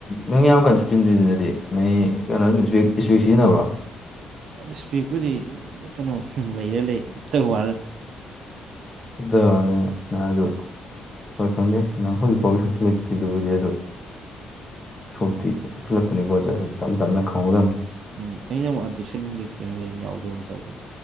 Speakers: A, on the left; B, on the right.
A: ꯅꯪ ꯌꯥꯝ ꯀꯟꯅꯁꯨꯨꯆꯟꯗ꯭ꯔꯤꯁꯤꯅꯗꯤ ꯅꯪ ꯀꯩꯅꯣ ꯑꯗꯨꯝ ꯏꯁꯦꯛ ꯁꯤꯖꯤꯟꯅꯕ꯭ꯔꯣ
B: ꯑꯁ ꯐꯤꯛꯄꯨꯗꯤ ꯀꯩꯅꯣ ꯂꯩꯔ ꯂꯩ ꯇꯋꯥꯗ
A: ꯑꯗꯃꯥꯏꯅ ꯉꯔꯥꯡꯖꯨ ꯍꯣꯏ ꯈꯪꯗꯦ ꯅꯪ ꯍꯧꯖꯤꯛꯐꯥꯎꯒꯤ ꯁꯨꯛꯁꯨ ꯂꯩꯇ꯭ꯔꯤ ꯑꯗꯨꯕꯨꯗꯤ ꯑꯗꯨ ꯁꯣꯛꯇꯤ ꯑꯦ ꯁꯣꯛꯆꯤꯜꯂꯛꯄꯅꯤꯀꯣ ꯖꯔ ꯖꯔ ꯇꯝ ꯇꯞꯅ ꯈꯪꯍꯧꯗꯝꯅꯤ
B: ꯎꯝ ꯑꯩꯅ ꯑꯃꯨꯛ ꯑꯗꯨ ꯁꯤꯟꯂꯤꯟꯗ꯭ꯔꯤꯀꯦꯜ ꯌꯥꯎꯗꯒꯨꯝ ꯇꯧꯕꯅꯦ